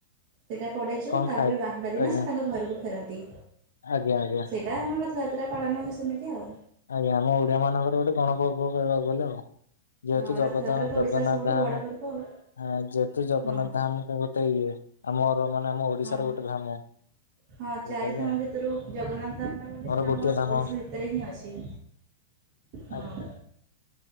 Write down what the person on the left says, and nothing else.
କଣ
ଖାଇ
ଆଜ୍ଞା
ଆଜ୍ଞା ଆଜ୍ଞା।
ଆଜ୍ଞା ଆମ ଓଡିଆ ମାନଙ୍କର ଗୋଟେ ଗଣ ପର୍ବ କହିବାକୁ ଗଲେ ଆଉ। ଯେହେତୁ
ଜଗ
ଧା
ଜଗନ୍ନାଥ
ଧାମ
ହଁ ଯେହେତୁ ଜଗନ୍ନାଥ
ଧାମ ଗୋଟେ ଇଏ ଆମର ମାନେ ଆମ ଓଡିଶାର
ଗୋଟେ ଧାମ।
ସେଇଲାଗି
ଆଉ
ଆମର
ଗୋଟିଏ
ଧାମ
ଆଜ୍ଞା।